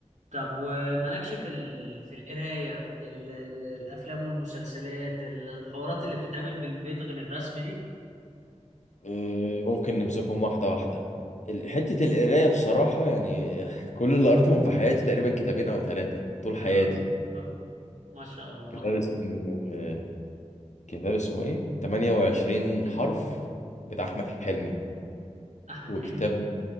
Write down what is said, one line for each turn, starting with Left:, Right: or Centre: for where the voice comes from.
Right: طب ومالكش في ال... في القرايه ال... ال... الافلام والمسلسلات ال- الحوارات اللي بتتعمل بالبيت غير الرسم دي
Left: إيه، ممكن نمسكهم واحدة واحدة ال- حتة القراية بصراحة يعني <laughs> كل اللي قريتهم في حياتي تقريبا كتابين أو ثلاثة طول
Right: اه
Left: حياتي
Right: آه. ما شاء الله
Left: كتاب اسمه آه، كتاب اسمه إيه؟ 28 حرف بتاع أحمد حلمي
Right: احمد
Left: وكتاب
Right: حلمي